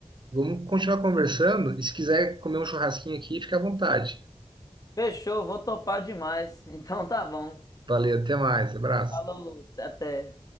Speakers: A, on the right; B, on the left.
A: vamos continuar conversando, e se quiser comer um churrasquinho aqui, fica à vontade.
B: fechou, vou topar demais. <laughs> Então tá bom.
A: Valeu, até mais, abraço.
B: Falou, até.